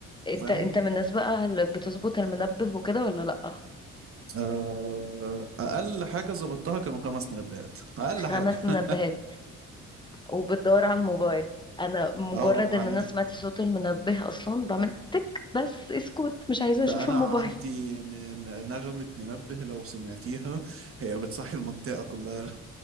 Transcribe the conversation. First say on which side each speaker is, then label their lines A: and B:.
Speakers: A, on the left; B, on the right.
A: انت
B: أيوة.
A: انت من الناس بقى اللي بتظبط المنبه وكده ولا لأ
B: آه، اقل حاجه ظبطتها كانوا خمس منبهات اقل
A: خمس
B: حاجه
A: منبهات
B: <laughs>
A: وبتدور على الموبايل انا مجرد
B: اه
A: ان
B: عندي
A: انا سمعت صوت المنبه اصلا بعمل تك بس اسكت مش عايزة
B: ده
A: اشوف
B: انا
A: الموبايل
B: عندي من نغمه منبه لو سمعتيها هي بتصحي المنطقه كلها